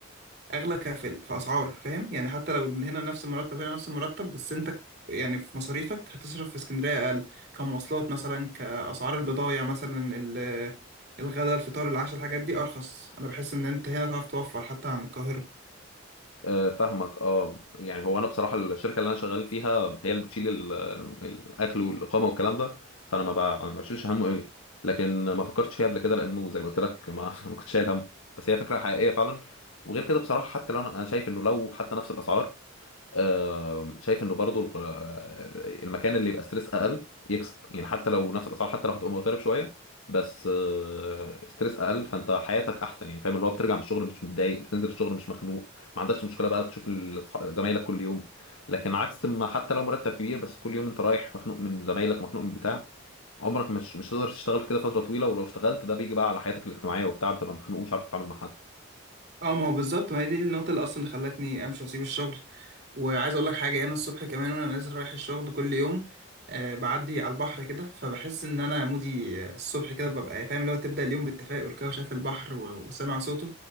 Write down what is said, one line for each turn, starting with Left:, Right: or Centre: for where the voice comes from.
Right: اغلى كفل في اسعار فاهم يعني حتى لو إن هنا نفس المرتب هنا نفس المرتب بس انت يعني في مصاريفك هتصرف في اسكندرية اقل كمواصلات مثلا كاسعار البضايع مثلا ال- الغداء الفطار العشاء الحاجات دي ارخص انا بحس ان انت هنا تعرف توفر حتى عن القاهرة
Left: آه، فاهمك اه يعني هو انا بصراحه الشركه اللي انا شغال فيها هي اللي بتشيل ال- ال- الاكل والاقامه والكلام ده فانا ما بع- ما بشيلش همه قوي لكن ما فكرتش فيها قبل كده لانه زي ما قلت لك ما <laughs> ما كنتش شايل همه بس هي فكره حقيقيه فعلا وغير كده بصراحه حتى لو انا أنا شايف انه لو حتى نفس الاسعار آه، شايف انه برضو الق- آه، المكان اللي يبقى ستريس اقل يكسب يعني حتى لو نفس الاسعار حتى لو هتبقى مغترب شويه بس آه، ستريس اقل فانت حياتك احسن يعني فاهم اللي هو بترجع من الشغل مش متضايق بتنزل الشغل مش مخنوق ما عندكش مشكله بقى تشوف ال- أصح- زمايلك كل يوم لكن عكس ما حتى لو مرتب كبير بس كل يوم انت رايح مخنوق من زمايلك مخنوق من بتاع عمرك مش مش هتقدر تشتغل كده فتره طويله ولو اشتغلت ده بيجي بقى على حياتك الاجتماعيه وبتاع بتبقى مخنوق ومش عارف تتعامل مع حد
Right: اه ما هو بالظبط ما هي دي النقطة اللي أصلا اللي خلتني أمشي وأسيب الشغل وعايز أقول لك حاجة أنا الصبح كمان وأنا نازل رايح الشغل كل يوم آه بعدي على البحر كده فبحس إن أنا مودي آه، الصبح كده ببقى فاهم لو تبدأ اليوم بالتفاؤل كده وشايف البحر و- وسامع صوته